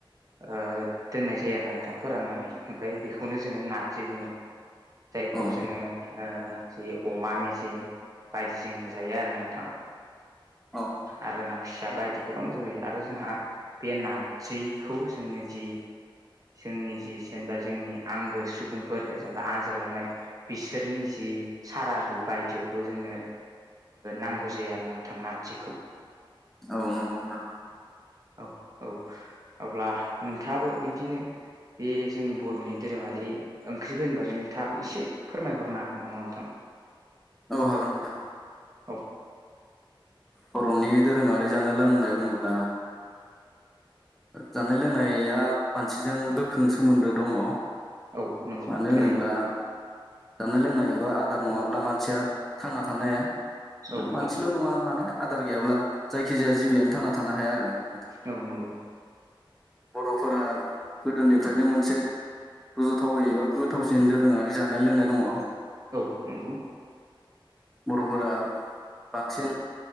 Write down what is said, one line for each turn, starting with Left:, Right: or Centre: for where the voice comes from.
Right: दोननाय जायो आरो नोंथां फोराननानै ओमफ्राय बेखौनो जोङो नार्जि बुङो जायखौ
Centre: औ
Right: जोङो ज अमा मेजेम बायदिजों जायो आरो नोंथां
Centre: औ
Right: आर ना फिसा बायदि गोबां जोहयो आरो जोंहा बे नारजिखौ जोंनो जि जोंनि जि जेनेबा जोंनि आंगो सुबुं फोर जेनेबा आनजादलांनाय बिसोरनि जि सारादु बायदियावबो जोंनो नांगौ जायो आरो ना नोंथांना आजखौ
Centre: औ नंगौ न
Right: औ औ अब्ला नोंथाङाबो बिदिनो बे जोंनि बर'नि दोरोङारि ओंख्रिफोरनिब बे नोंथाङाबो एसे फोरमायहरनो हागोन नामा नोंथां
Centre: औ हागोन नोंथां
Right: औ
Centre: बर'नि दोरोङरारि जानो लोंनाय बुङोब्ला जानाय लोंनाया मानसिजों गोख्रों सोमोन्दो दङ
Right: औ नंगौ
Centre: मानो
Right: थारैनो
Centre: होनोब्ला जानाय लोंनाय एबा आदार नङाब्ला मानसिया थांना थानाय हाया
Right: औ
Centre: मानसिल'
Right: औ
Centre: नङा माने आदार गैयाब्ला जायखिजाया जिबियानो थांना थानो हाया आरो नाथाय
Right: औ नोंगौ
Centre: बर'फोरा गोदोनिफ्रायनो मोनसे रज'थावै एबा गोथावसिन दोरोङारि जानाय लोंनाय दङ
Right: औ नंगौ
Centre: बर'फोरा बांसिन